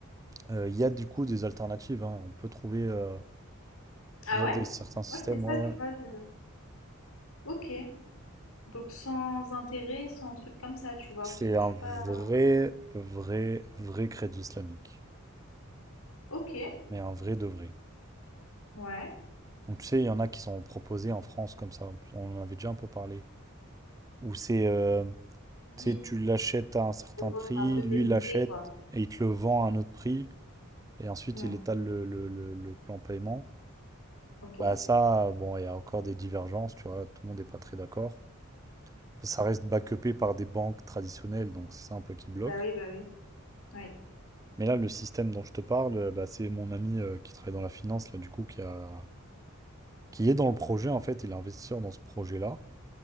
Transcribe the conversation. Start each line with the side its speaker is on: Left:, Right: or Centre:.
Right: euh, il y a du coup des alternatives, hein. On peut trouver, euh,
Left: Ah
Right: il y
Left: ouais?
Right: a des, certains systèmes,
Left: Moi, c'est ça,
Right: ouais,
Left: tu
Right: ouais.
Left: vois, je OK, donc sans intérêt, sans truc comme ça, tu vois?
Right: C'est
Left: Parce que
Right: un
Left: je suis
Right: vrai,
Left: pas
Right: vrai, vrai crédit islamique.
Left: OK,
Right: Mais un vrai de vrai.
Left: ouais.
Right: Donc, tu sais, il y en a qui sont proposés en France comme ça. On en avait déjà un peu parlé. Où c'est, euh, tu
Left: Oui,
Right: sais, tu l'achètes à un certain
Left: mais bon,
Right: prix,
Left: c'est un peu
Right: lui
Left: déguisé,
Right: l'achète
Left: quoi.
Right: et il te le vend à un autre prix. et ensuite
Left: Mmh.
Right: il étale le, le- le- le plan paiement.
Left: OK.
Right: Bah ça, bon, il y a encore des divergences, tu vois, tout le monde n'est pas très d'accord. Ça reste backupé par des banques traditionnelles, donc c'est ça un peu qui bloque.
Left: Bah oui, bah oui. Oui,
Right: Mais là, le système dont je te parle, euh, bah, c'est mon ami euh, qui travaille dans la finance, là, du coup, qui a... qui est dans le projet, en fait, il est investisseur dans ce projet-là.